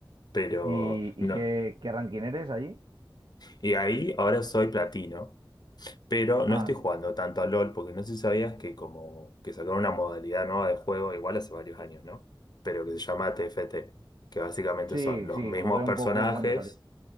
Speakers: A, on the left; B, on the right.
A: pero
B: ¿Y, y
A: no.
B: qué, qué ranking eres allí?
A: Y ahí ahora soy platino, pero
B: Ah,
A: no estoy
B: sí.
A: jugando tanto al LOL, porque no sé si sabías que como que sacaron una modalidad nueva de juego, igual hace varios años, ¿no? Pero que se llama TFT, que básicamente
B: Sí,
A: son los
B: sí,
A: mismos
B: jugué un
A: personajes,
B: poco cuando salió.